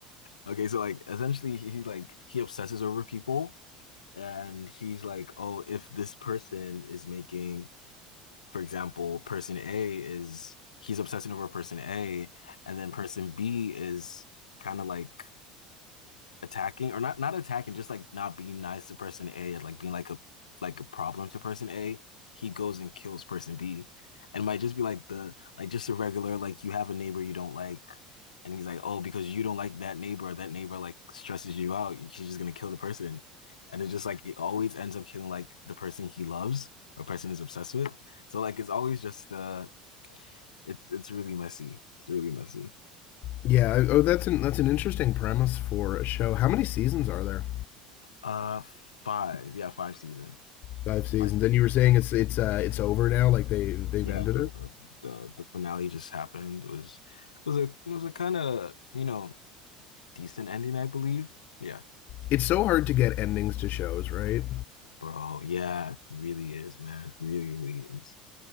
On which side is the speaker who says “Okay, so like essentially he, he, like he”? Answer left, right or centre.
Left